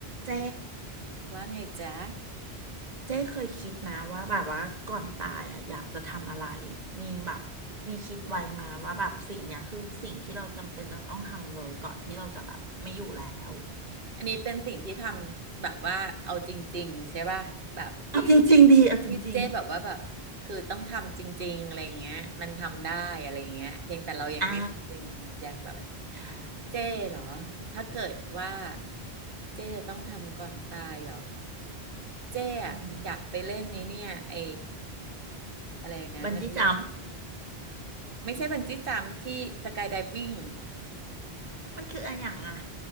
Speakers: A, on the right; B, on the right.
A: เจ๊
B: ว่าไงจ๊ะ
A: เจ๊เคยคิดมาว่าแบบว่าก่อนตายอ่ะอยากจะทำอะไรมีแบบมีคิดไว้มาว่าแบบสิ่งเนี้ยคือสิ่งที่เราจำเป็นจะต้องทำเลยก่อนที่เราจะแบบไม่อยู่แล้ว
B: อันนี้เป็นสิ่งที่ทำแบบว่าเอาจริงๆใช่ป่ะแบบที่
A: เอาจริงๆดีเอาจริง
B: ที่เจ๊แบบว่าแบบคือต้องทำจริงๆอะไรเงี้ยมันทำได้อะไรเงี้ยเพียงแต่เรายังไม่ยังยังแบบไอ้
A: ๆอ่าใช่
B: เจ๊เหรอถ้าเกิดว่าเจ๊จะต้องทำก่อนตายเหรอเจ๊อะอยากไปเล่นนี้เนี่ยไอ
A: อืม
B: อะไรนะมันเรียก
A: บันจี้จัมพ์
B: ไม่ใช่บันจี้จัมพ์ที่สกายไดวิ่ง
A: <laughs> มันคืออะไรอย่างอ่ะ